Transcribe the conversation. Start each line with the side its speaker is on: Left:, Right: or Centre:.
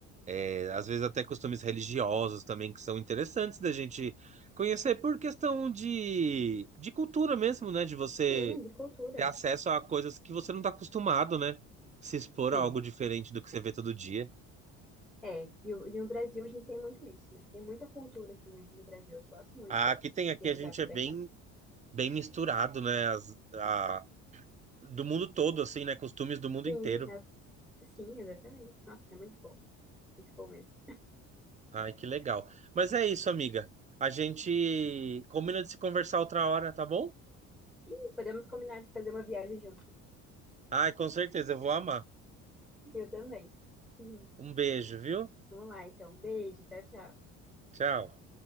Right: É, às vezes até costumes religiosos também que são interessantes da gente conhecer por questão de, de cultura mesmo, né? De você
Centre: sim, de cultura,
Right: ter acesso a coisas que você não está acostumado, né? Se expor
Centre: sim.
Right: a algo diferente do que você vê todo dia.
Centre: É, e, o- e no Brasil a gente tem muito isso, né? Tem muita cultura aqui, né, no Brasil. Eu gosto muito
Right: Ah,
Centre: daqui,
Right: Aqui tem,
Centre: viajar
Right: aqui a gente
Centre: por
Right: é bem,
Centre: aqui.
Right: bem misturado, né? As- a- do mundo todo, assim, né? Costumes do mundo
Centre: Sim,
Right: inteiro.
Centre: as... sim, exatamente. Nossa, é muito bom. Muito bom mesmo.
Right: Ai, que legal. Mas é isso, amiga. A gente combina de se conversar outra hora, tá bom?
Centre: Sim, podemos combinar de fazer uma viagem juntos.
Right: Ai, com certeza, eu vou amar.
Centre: Eu também. Uhum.
Right: Um beijo, viu?
Centre: Vamos lá, então. Beijo, tchau, tchau.
Right: Tchau.